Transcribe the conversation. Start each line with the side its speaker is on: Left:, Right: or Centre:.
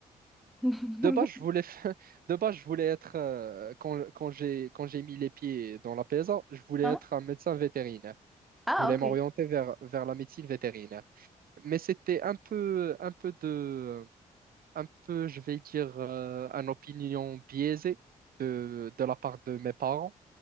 Centre: <laughs>
Right: de base, je voulais, fa- <laughs> de base, je voulais être, euh, quand, quand j'ai, quand j'ai mis les pieds dans la PSA, je voulais
Centre: Hein?
Right: être un médecin vétérinaire.
Centre: Ah,
Right: Je voulais
Centre: ok.
Right: m'orienter vers, vers la médecine vétérinaire. Mais c'était un peu, un peu de, un peu, je vais dire, euh, une opinion biaisée de, de la part de mes parents.